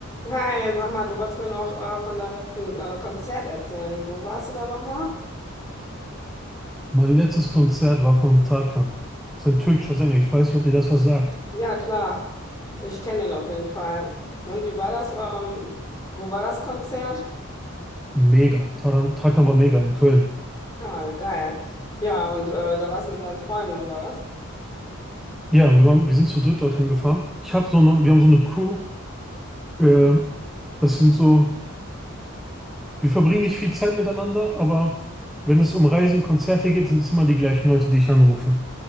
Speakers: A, on the left; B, in the centre.
A: Hi, sag mal, du wolltest mir noch äh, von deinem letzten äh, Konzert erzählen. Wo warst du da nochmal?
B: Mein letztes Konzert war von Tarkan. Das ist ein türkischer Sänger. Ich weiß nicht, ob dir das was sagt.
A: Ja, klar. Ich kenne ihn auf jeden Fall. Und wie war das? Ähm, wo war das Konzert?
B: Mega. Tarkan, Tarkan war mega in Köln.
A: Ja, geil. Ja, und äh, da warst du mit deinen Freunden, oder was?
B: Ja, wir waren, wir sind zu dritt dorthin gefahren. Ich habe so eine, wir haben so eine Crew. Äh, das sind so, wir verbringen nicht viel Zeit miteinander, aber wenn es um Reisen, Konzerte geht, sind es immer die gleichen Leute, die ich anrufe.